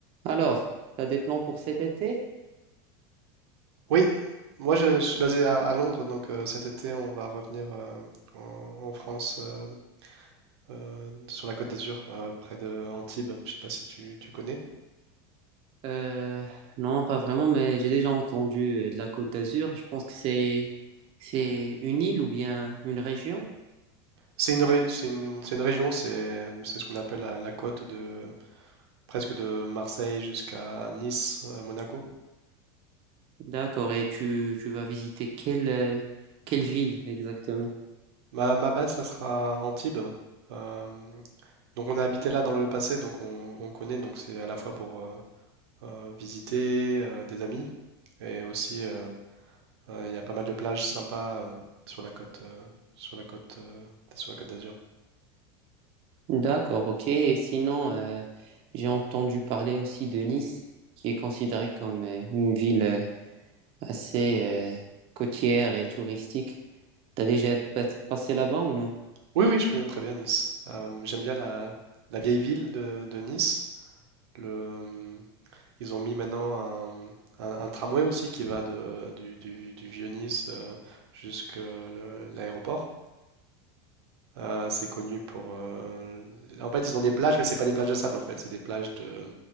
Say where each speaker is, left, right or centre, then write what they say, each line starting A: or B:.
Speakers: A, on the right; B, on the right.
A: Alors, t'as des plans pour cet été?
B: Oui, moi je, je suis basé à, à Londres, donc euh, cet été on va revenir euh, en, en France, euh, euh, sur la Côte d'Azur, euh, près de Antibes. Je sais pas si tu, tu connais.
A: Euh, non, pas vraiment, mais j'ai déjà entendu euh, de la Côte d'Azur. Je pense que c'est c'est une île ou bien une région.
B: C'est une, ré- c'est une, c'est une région, c'est c'est ce qu'on appelle la, la côte de presque de Marseille jusqu'à Nice, euh, Monaco.
A: D'accord. Et tu, tu vas visiter quelle euh, quelle ville exactement?
B: Ma, ma base, ça sera Antibes. Euh, donc on a habité là dans le passé, donc on, on connaît. Donc c'est à la fois pour euh, euh, visiter euh, des amis et aussi euh, Euh, Il y a pas mal de plages sympas euh, sur la côte, euh, sur la côte, euh, sur la côte d'Azur.
A: D'accord, ok. Et sinon, euh, j'ai entendu parler aussi de Nice, qui est considérée comme euh, une ville euh, assez euh, côtière et touristique. T'as déjà pa- passé là-bas ou non?
B: Oui, oui, je connais très bien Nice. Euh, j'aime bien la, la vieille ville de, de Nice. Le, euh, ils ont mis maintenant un, un- un tramway aussi qui va de, du, du- du vieux Nice jusqu'à l'aéroport. Euh, c'est connu pour. euh, en fait, ils ont des plages, mais c'est pas des plages de sable en fait, c'est des plages de,